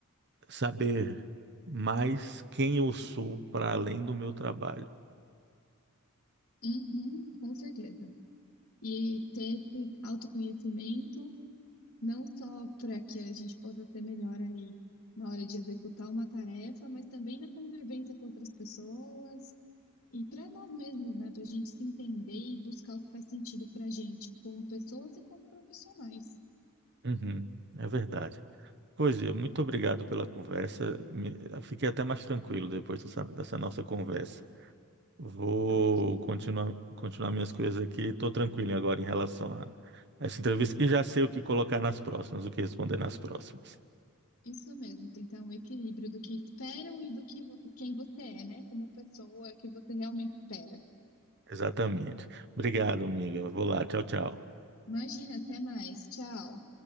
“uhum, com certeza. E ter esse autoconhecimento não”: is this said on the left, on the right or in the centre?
Left